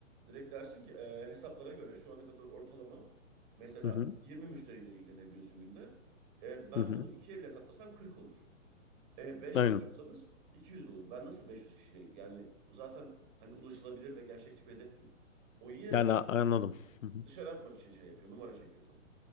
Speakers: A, on the right; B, on the left.
A: Direkt dersin ki e, hesaplara göre şu ana kadar ortalama mesela
B: Hı hı,
A: 20 müşteriyle ilgilenebiliyorsun günde. E, ben
B: hı hı.
A: bunu ikiye bile katlasam 40 olur. E, 5
B: Aynen.
A: ile çarpsanız 200 olur. Ben nasıl 500 kişiyle yani bu zaten hani ulaşılabilir ve gerçekçi bir hedef değil. O yine
B: Yani
A: seni
B: a- anladım. Hı hı.
A: dışarı atmak için şey yapıyor. Numara çekiyor sana.